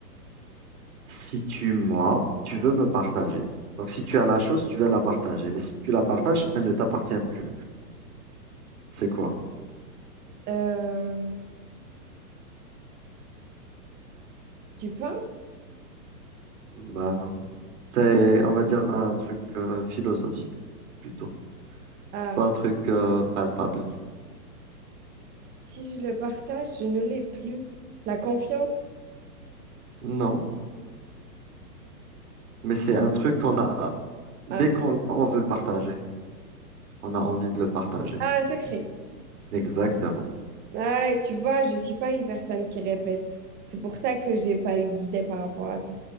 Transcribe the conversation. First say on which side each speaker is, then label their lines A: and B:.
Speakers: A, on the right; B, on the right.
A: Si tu m'as, tu veux me partager. Donc, si tu as la chose, tu veux la partager. Mais si tu la partages, elle ne t'appartient plus. C'est quoi?
B: euh, du pain?
A: Ben non. C'est, on va dire, un truc euh, philosophique plutôt.
B: Ah.
A: C'est pas un truc euh, palpable.
B: Si je le partage, je ne l'ai plus. La confiance?
A: Non, mais c'est un truc qu'on a dès
B: Ah.
A: qu'on l'a, on veut le partager. On a envie de le partager.
B: Ah, un secret.
A: Exactement.
B: Ah, et tu vois, je suis pas une personne qui répète. C'est pour ça que j'ai pas eu d'idée par rapport à ça.